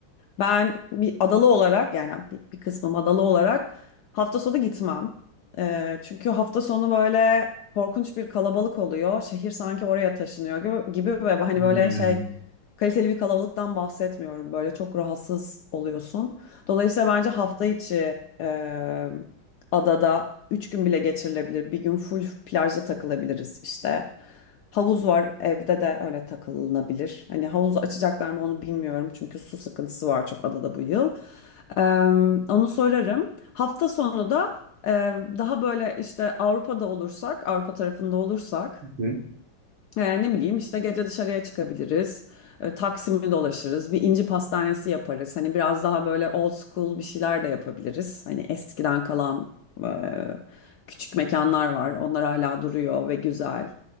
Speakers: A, on the left (about 75°); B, on the right (about 75°).
A: ben bir adalı olarak yani bir, bir kısmım adalı olarak hafta sonu gitmem. E, çünkü hafta sonu böyle korkunç bir kalabalık oluyor. Şehir sanki oraya taşınıyor gibi, gibi ve hani
B: Hmm.
A: böyle şey kaliteli bir kalabalıktan bahsetmiyorum. Böyle çok rahatsız oluyorsun. Dolayısıyla bence hafta içi e, adada 3 gün bile geçirilebilir. Bir gün full plajda takılabiliriz işte. Havuz var evde de öyle takılınabilir. Hani havuzu açacaklar mı onu bilmiyorum. Çünkü su sıkıntısı var çok adada bu yıl. E, onu sorarım. Hafta sonu da e, daha böyle işte Avrupa'da olursak, Avrupa tarafında olursak
B: Hı hı.
A: e, ne bileyim işte gece dışarıya çıkabiliriz. E, Taksim'i dolaşırız. Bir inci pastanesi yaparız. Hani biraz daha böyle old school bir şeyler de yapabiliriz. Hani eskiden kalan e, küçük mekanlar var. Onlar hala duruyor ve güzel.